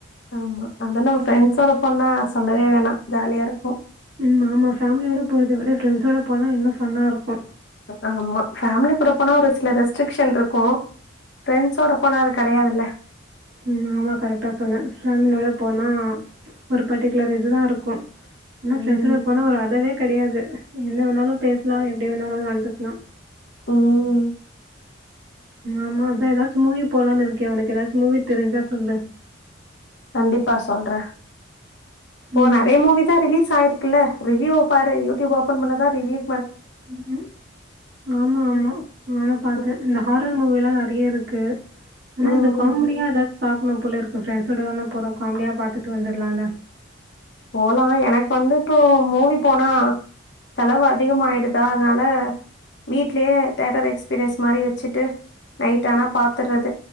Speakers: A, on the left; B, on the right.
A: ஆமா அத நம்ம ஃப்ரெண்ட்ஸோட போனா சொல்லவே வேணாம் ஜாலியா இருக்கும்
B: ம் ஆமா ஃபேமிலியோட போறத விட ஃப்ரெண்ட்ஸோட போனா இன்ன ஃபன்னா இருக்கும்
A: ஆ ஃபேமிலி கூட போனா ஒரு சில ரெஸ்ட்ரிக்ஷன் இருக்கும் ப்ரெண்ட்ஸோட போனா அது கிடையாதுல்ல
B: உம் ஆமா கரெக்டா சொன்னே ஃபேமிலியோட போனா ஒரு பர்ட்டிகுலர் இதுதான் இருக்கும் ஆனா
A: ம்
B: ப்ரெண்ட்ஸோட போனா ஒரு அளவே கிடையாது என்ன வேனும்ணாலும் பேசலாம் எப்படி வேணாலும் நடந்து ந
A: ஊம்
B: ஆமா அதான் ஏதாச்சும் மூவி போலான்னு இருக்கேன் உனக்கு ஏதாச்சும் மூவி தெரிஞ்சா சொல்லு
A: கண்டிப்பா சொல்றே இப்போ
B: ம்.
A: நிறைய மூவி தான் ரிலீஸ் ஆயிருக்கு ல்ல ரிவியூ பாரு யூடியூப் ஓபன் பண்ணதான் ரிவியூ
B: உம் ஆமா
A: ம்
B: ஆமா ஆமா பார்த்தேன்
A: ம்
B: இந்த ஹாரர் மூவி எல்லாம் நிறைய இருக்கு இருக்கு ஆனா
A: ம்
B: இந்த காமெடியா
A: ம்
B: ஏதாச்சும் பா போகும் போலஇருக்கு ஃப்ரண்டஸோட தானே போறோம் காமெடியா பார்த்துட்டு வந்துருலாம்ல
A: போலாம் எனக்கு வந்து இப்போ மூவி போனா செலவு அதிகம் ஆயிடுதா அதனால வீடலயே தேயேட்டர் எக்ஸ்பீரியன்ஸ் மாதிரி வச்சுட்டு நைட் ஆனா பாத்துறது